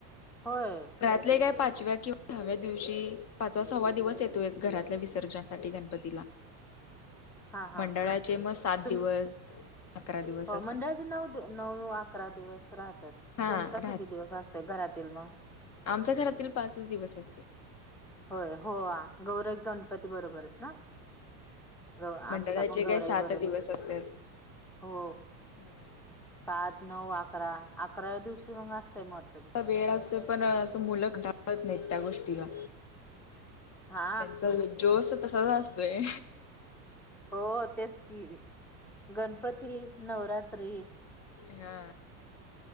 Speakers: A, in the centre; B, on the left.
A: होय.
B: ले काय पाचव्या किं सहाव्या दिवशी पाचवा सव्वा दिवस येतोय घरातल्या विसर्जनासाठी गणपतीला
A: हा हा
B: मंडळाचे
A: हा
B: मग सात
A: तुम
B: दिवस अकरा दिवस
A: हो
B: असं.
A: मंडळाचे नऊ नऊ अकरा दिवस राहतात
B: हा
A: तुमचा किती दिवस असतो घरातील मग
B: आमचा घरातील पाच दिवस असतो.
A: होय हो गौरई गणपती बरोबरच. हा ग
B: मंडळाचे
A: आमचा पण
B: काही
A: गौरा
B: सात
A: आई आहे बरोबर.
B: दिवस असतात
A: हो
B: हम्म
A: सात नऊ अकरा अकरा या दिवशी मग असतय मरत.
B: वेळ असतो पण अस मुलं ढाळत नाहीत त्या गोष्टीला
A: हा
B: त्यांचा जोस तस असतोय.
A: हो तेच की गणपती नवरात्री.
B: हा